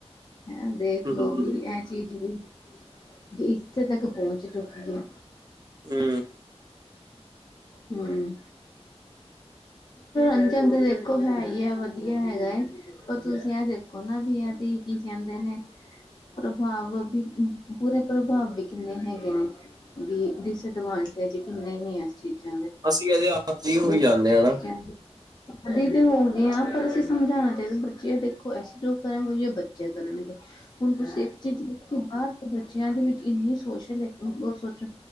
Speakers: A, on the left; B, on the right.
A: ਮੈਮ ਦੇਖਲੋ
B: ਹੂੰ
A: ਵੀ ਐ ਚੀਜ਼ ਵੀ ਇੱਥੇ ਤੱਕ ਪਹੁੰਚ ਚੁੱਕੀ ਐ।
B: ਹੂੰ
A: ਹੂੰ ਕਿਚਨ ਤੇ ਦੇਖੋ ਹੈ ਈ ਐ ਵਧੀਆ ਹੈਗਾ। ਪਰ ਤੁਸੀਂ ਐ ਦੇਖੋ ਨਾ ਵੀ ਐ ਤੇ ਕੀ ਕੈਂਦੇ ਨੇ। ਪ੍ਰਭਾਵ ਵੀ ਬੂਰੇ ਪ੍ਰਭਾਵ ਵੀ ਕਿੰਨੇ ਹੈਗੇ ਨੇ। ਦੀ ਡਿਸਡਵਾਂਟਜ ਕਿੰਨੇ ਐ ਏਸ ਚੀਜ਼
B: ਅਸੀਂ ਇਹਦੇ ਆਦੀ ਹੋਈ
A: ਦੇ ਬੱਚਿਆਂ
B: ਜਾਂਦੇ ਆ ਨਾ
A: ਦੇ ਆ ਤੇ ਹੋ ਗਏ ਏ ਪਰ ਅਸੀ ਸਮਝਾਉਣਾ ਚਾਈਦਾ ਬੱਚੇ ਦੇਖੋ ਅਸੀਂ ਜੋ ਕਰਾਂਗੇ ਬੱਚੇ ਚੇ ਕਰਨਗੇ ਹੁਣ ਤੁਸੀਂ ਇੱਕ ਚੀਜ਼ ਦੇਖੀ ਬਾਰ ਬੱਚਿਆਂ ਦੇ ਵਿੱਚ ਇੰਨੀ ਸੋਸ਼ਲ ਐਕਟੀਵਿਟੀ ਓ ਸੋਚਣ